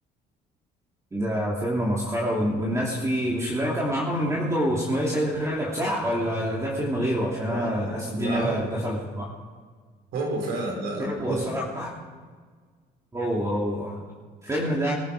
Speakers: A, on the right; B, on the right.
A: ده فيلم مسخرة وال- والناس فيه مش اللي هو كان معاهم برضه اسمه ايه سيد رجب صح ولا ده فيلم غيره عشان
B: اه
A: انا حاسس الدنيا
B: لا
A: بقى
B: هو
A: دخلت في بعض
B: هو فعلا لا لما بنطلب،
A: هو صح هو هو آه. الفيلم ده